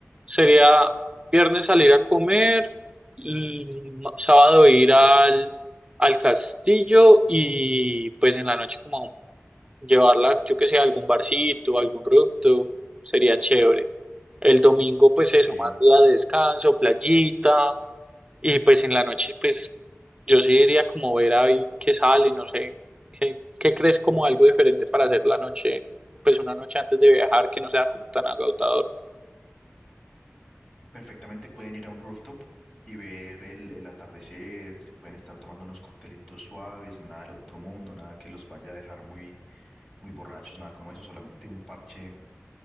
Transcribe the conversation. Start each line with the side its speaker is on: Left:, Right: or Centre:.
Right: Sería viernes salir a comer, l- sábado ir al, al castillo y pues en la noche como llevarla, yo que sé, a algún barcito, a algún rooftop, sería chévere. El domingo pues
Left: Sí,
Right: eso, más día de descanso, playita y pues en la noche pues yo sí iría como ver ahí qué sale, no sé, qué, qué crees como algo diferente para hacer la noche, pues una noche antes de viajar que no sea como tan agotador.
Left: perfectamente pueden ir a un rooftop y ver el, el atardecer, se pueden estar tomando unos coctelitos suaves, nada del otro mundo, nada que los vaya a dejar muy, muy borrachos, nada como eso, solamente un parche